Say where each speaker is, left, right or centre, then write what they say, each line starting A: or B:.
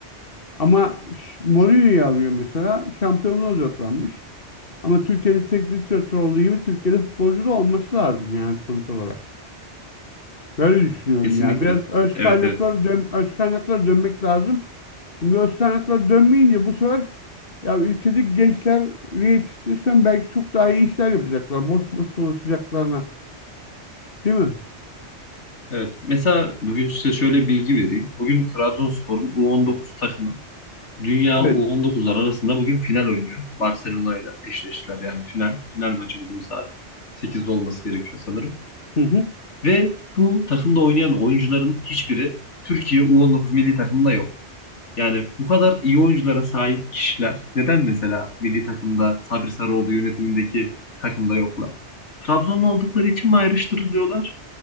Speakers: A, on the left; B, on the left.
A: Ama Ş- Mourinho'yu alıyor mesela. Şampiyonluğa odaklanmış. Ama Türkiye'de teknik direktör olduğu gibi Türkiye'de futbolcu da olması lazım yani sonuç olarak. Böyle düşünüyorum
B: Kesinlikle.
A: ya. Biraz öz
B: Evet
A: kaynaklara
B: evet.
A: dön öz kaynaklara dönmek lazım. Çünkü öz kaynaklara dönmeyince bu sefer ya ülkedeki gençleri yetiştirsen belki çok daha iyi işler yapacaklar. Boş boş dolaşacaklarına. Değil mi?
B: Evet. Mesela bugün size şöyle bilgi vereyim. Bugün Trabzonspor'un u on dokuz takımı Dünya
A: Evet.
B: U19'lar arasında bugün final oynuyor. Barcelona ile eşleştiler yani final. Final maçı bugün saat sekizde olması gerekiyor sanırım.
A: Hı hı.
B: Ve bu takımda oynayan oyuncuların hiçbiri Türkiye U19 milli takımında yok. Yani bu kadar iyi oyunculara sahip kişiler neden mesela milli takımda Sabri Sarıoğlu yönetimindeki takımda yoklar? Trabzonlu oldukları için mi ayrıştırılıyorlar?